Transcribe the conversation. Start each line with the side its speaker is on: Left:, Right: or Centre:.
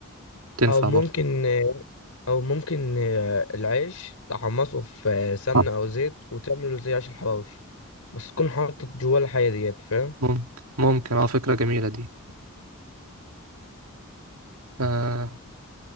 Right: تنفع
Left: او ممكن
Right: برضه
Left: او ممكن آه، العيش تحمصه في آه، سمنه
Right: آه.
Left: او زيت وتعمله زي عيش الحواوشي بس تكون حاطط جواه الحاجه ديت فاهم
Right: ممكن ممكن اه فكرة جميلة دي آه.